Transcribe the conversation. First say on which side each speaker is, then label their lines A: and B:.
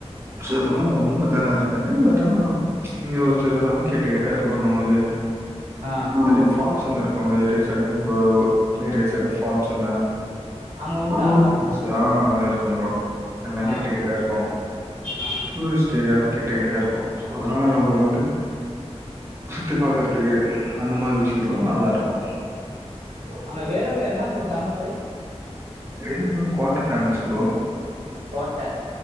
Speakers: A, on the right; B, on the right.
A: செரி ரொம்ப தானா இருக்காது பட் பட் ஆனா இங்க ஒரு சிலதுலா கிட்ட கிட்ட இருக்கு நமக்கு
B: ஆ
A: கட்டய ஃபால்ஸ் ஒன்னு இருக் ஒங்க ஏரியா சைடு ங் ஓ எங்க ஏரியா சைடு ஃபால்ஸ் சுங்க
B: அங்க உண்டா
A: ஆனாலு ஒன்சு ஆ இருக்கு ப்ரோ எல்லா
B: ஆ
A: கிட்ட கிட் ட இருக்கு
B: ஆ
A: ட்டூரிஸ்ட்டு ஏரியாலா கிட்ட கிட்ட இருக்கு சோ அதனால நம் நம்மளுக்கு வந்து சுத்தி பாக்குறதுக்கு அந்த மாரி விஷயத்லா நல்லா இருக்கு
B: அங்க வேலூர்ல என்ன ப்ரோ ஃபேமஸு
A: வேலூர்ல கோட்ட ஃபேமஸ் ப்ரோ
B: கோட்ட